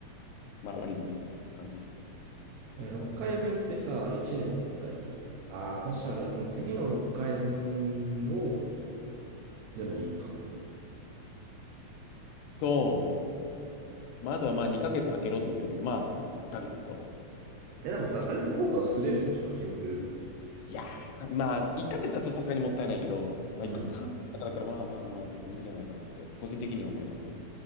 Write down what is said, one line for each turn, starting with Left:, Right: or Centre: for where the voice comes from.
Left: まあ、割引みたいな感じ
Right: えー6回分ってさ、
Left: で使う。
Right: 1年で使い切りか。ああ、そしたらじゃあその次の6回分を、でもいいか。
Left: そうね。まあ、あとはまあ、2ヶ月空けろって言ってるけど、まあ、なんか1ヶ月と、
Right: え、でもさ、
Left: い、
Right: それって効果薄れるんでしょシンプル。
Left: いいやー、まあ、1ヶ月はちょっとさすがにもったいないけど、まあ、
Right: うん。
Left: 1ヶ月半とかだったら、まあまあまあ、別にいいんじゃないかなって、個人的には思いますけど。